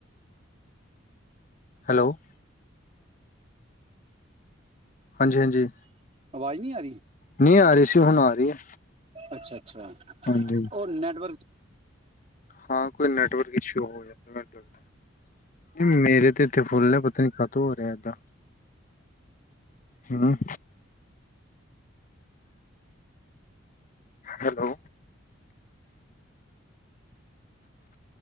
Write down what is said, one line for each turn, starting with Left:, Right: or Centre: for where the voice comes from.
Left: ਹੈਲੋ <inaudible> ਹਾਂਜੀ ਹਾਂਜੀ
Right: ਆਵਾਜ਼ ਨਹੀਂੀ ਆ ਰਹੀ
Left: ਨਹੀਂ ਆ ਰਹੀ ਸੀ ਹੁਣ ਆ ਰਹੀ ਹੈ
Right: ਅੱਛਾ ਅੱਛਾ
Left: ਹਾਂਜੀ
Right: ਉਹਰ ਨੈਟਵਰਕ
Left: ਹਾਂ ਕੋਈ ਨੈਟਵਰਕ ਇਸ਼ੂ ਹੋ ਜਾਂਦਾ ਮੈਨ ਲੱਗਦਾ ਮੇਰੇ ਤੇ ਇੱਥੇ ਫੁੱਲ ਪਤਾ ਨੀ ਖਤਮ ਹੋ ਰਿਹਾ ਏਦਾਂ ਹ ਹੈਲੋ